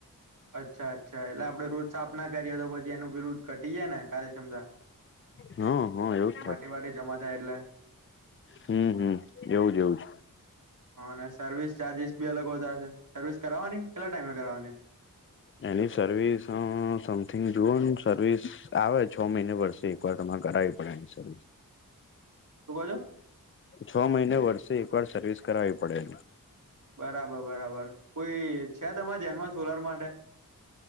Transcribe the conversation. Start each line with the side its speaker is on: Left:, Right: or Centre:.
Right: અચ્છા અચ્છા એટલે આપડે રુજ સ્થાપના કરીએ તો પછી એનું બીુધ ઘટી જાય ને કાર્યક્ષમતા
Left: હા હા એવુંજ થાય.
Right: માટે માટે જમા થાય એટલે
Left: હમ હમ એવું જ એવું જ
Right: હ અને સર્વિસ ચાર્જિસ બી અલગ હોતા હશે સર્વિસ કરાવવાની કેટલા ટાઈમે કરવાની.
Left: એની સર્વિસ સમથિંગ જુઓ ને સર્વિસ આવે છ મહિને વર્ષે ઉપર તમારે કરાવવી પડે એ.
Right: શું કહો છો
Left: છ મહિને વર્ષે એક વાર સર્વિસ કરાવવી પડે
Right: બરાબર બરાબર કોઈ છે તમારા ધ્યાનમાં સોલર માટે.